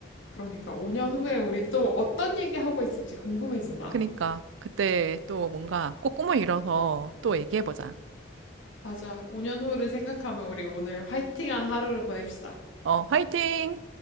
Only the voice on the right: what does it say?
그니까, 그때 또 뭔가 꼭 꿈을 이뤄서 또 얘기해보자.
어, 화이팅!